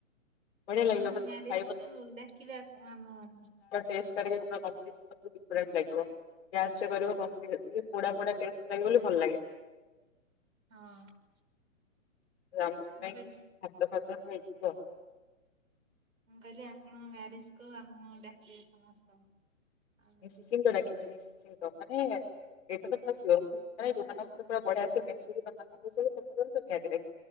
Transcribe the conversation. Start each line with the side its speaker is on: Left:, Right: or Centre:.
Left: ବଢଆ
Right: ଆପଣ
Left: ଲାଗିବ <inaudible> ତାର
Right: ମ୍ୟାରେଜ କୁ ଡାକିବେ ଆପ ଆମ ମାନଙ୍କୁ।
Left: ଟେଷ୍ଟଟା ବି <unintelligible> <inaudible> ଡିଫରେଣ୍ଟ ଲାଗିବ। ଗ୍ୟାସ ରେ କରି <inaudible> ପୋଡା ପୋଡା ଟେଷ୍ଟ ଲାଗେ ବୋଲି ଭଲ ଲାଗେ।
Right: ହଁ।
Left: ରାମୁ ସେଥିପାଇଁ
Right: ମୁଁ କହିଲି
Left: ହାତ ଫାତ କାଇଁ କୁହ
Right: ମୁଁ କହିଲି ଆପଣ ମ୍ୟାରେଜକୁ ଆମକୁ ଡାକିବେ ସମସ୍ତଙ୍କୁ। ଆମେ
Left: ନିଶ୍ଚିନ୍ତ
Right: ଯିବୁ।
Left: ଡାକିବି ନିଶ୍ଚିନ୍ତ ମାନେ ଏଟା ତ ପୁରା ସିଓର ମୁଁ ମାନେ ଯୋଉମାନଙ୍କ ସହିତ ପୁରା ବଢିଆସେ ମିଶୁଚି ତମ ମାନଙ୍କ <inaudible> ନିହାତି ଡାକିବି।